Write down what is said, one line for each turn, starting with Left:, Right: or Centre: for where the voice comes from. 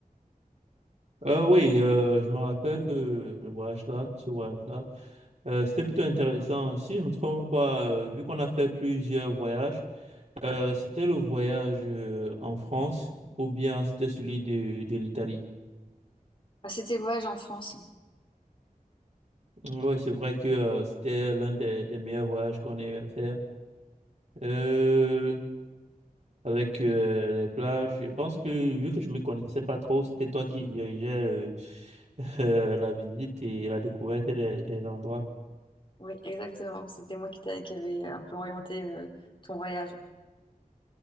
Right: Euh, oui, euh, je me rappelle de le voyage-là, ce voyage-là. Euh, c'était plutôt intéressant. Si je ne me trompe pas, euh, vu qu'on a fait plusieurs voyages, euh, c'était le voyage euh, en France ou bien c'était celui de, de l'Italie.
Left: Ah, c'était le voyage en France.
Right: Oui, c'est vrai que euh, c'était l'un des, des meilleurs voyages qu'on ait eu à faire. Euh, avec euh, les plages, je pense que vu que je me connaissais pas trop, c'était toi qui dirigeais euh, <laughs> euh, la visite et la découverte des des endroits.
Left: Oui, exactement. C'était moi qui, t'a- qui avait un peu orienté euh, ton voyage.